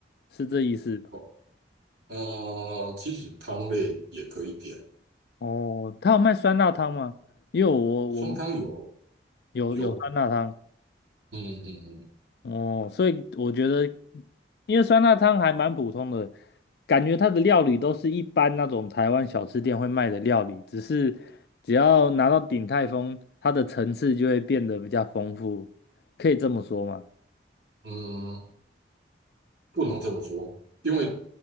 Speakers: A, on the left (about 60°); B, on the right (about 75°).
A: 是这意思吧？
B: 好，呃，其实汤类也可以点，
A: 哦，他有卖酸辣汤吗？因为我我
B: 双汤有
A: 有有酸辣汤
B: 有，嗯嗯
A: 哦，所以我觉得，因为酸辣汤还蛮普通的，感觉它的料理都是一般那种台湾小吃店会卖的料理，只是只要拿到鼎泰丰，它的层次就会变得比较丰富，可以这么说吗？
B: 嗯嗯，不能这么说，因为